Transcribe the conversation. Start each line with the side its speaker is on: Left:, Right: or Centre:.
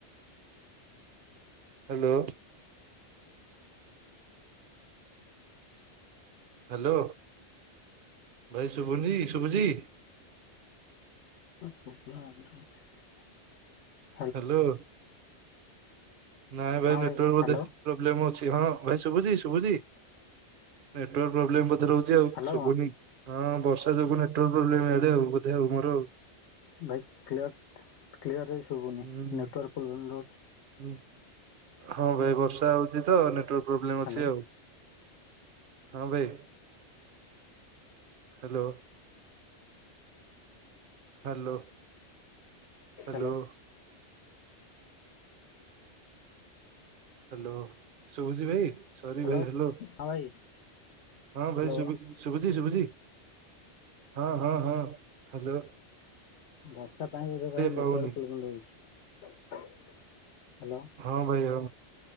Right: ହ୍ୟାଲୋ। ହ୍ୟାଲୋ ଭାଇ ଶୁଭନି ଶୁଭୁଚି?
Left: <unintelligible>
Right: ହାଲୋ। ନାଇଁ ଭାଇ
Left: ହଁ
Right: ନେଟୱର୍କ ବୋଧେ
Left: ହ୍ୟାଲୋ
Right: ପ୍ରୋବ୍ଲେମ ଅଛି ହଁ ଭାଇ ଶୁବୁଚି ଶୁବୁଚି ନେଟୱାର୍କ ପ୍ରୋବ୍ଲେମ ଅ ଭିତର ରହୁଛି ଆଉ
Left: ହ୍ୟାଲୋ
Right: ଶୁଭୁନି ହଁ ବର୍ଷା ଯୋଗୁ ନେଟୱାର୍କ ପ୍ରୋବ୍ଲେମେ ହେବେ ଆଉ ବୋଧେ ଆଉ ମୋର ଆଉ।
Left: ଭାଇ କିରାଟ କ୍ରିଅରେ ଶୁଭୁନି
Right: ହୁଁ।
Left: ନେଟୱାର୍କ ପ୍ରୋବ୍ଲେମ ରହୁଚି।
Right: ହୁଁ ହଁ ଭାଇ ବର୍ଷା ହଉଚି ତ ନେଟୱାର୍କ ପ୍ରୋବ୍ଲେମ
Left: ହ୍ୟାଲୋ
Right: ଅଛି ଆଉ। ହଁ ଭାଇ hello. Hello. hello.
Left: Hello
Right: Hello ଶୁଭୁଚି ଭାଇ ସରି
Left: ହାଲୋ
Right: ଭାଇ
Left: ହଁ
Right: ହ୍ୟାଲୋ
Left: ଭାଇ।
Right: ହଁ
Left: ହ୍ୟାଲୋ
Right: ଭାଇ ଶୁଭୁ ଶୁଭୁ ଶୁଭଚି ଶୁଭୁଚି ହଁ ହଁ ହଁ ହାଯୋ।
Left: ବର୍ଷା ପାଇଁ ବୋଧ ଭାଇ
Right: ପାଉନି
Left: ନେଟୱାର୍କ ପ୍ରୋବ୍ଲେମ ରହୁଚି ହ୍ୟାଲୋ।
Right: ହଁ ଭାଇ ହଁ